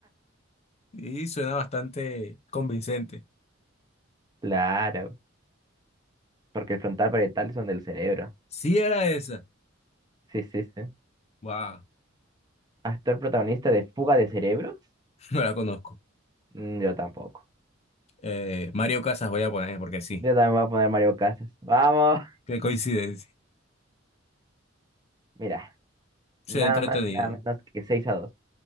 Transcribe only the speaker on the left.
Y suena bastante convincente.
Sí era esa.
Wow,
<laughs> no la conozco.
Eh, Mario Casas voy a poner porque sí.
Qué coincidencia.
Se
entretenido.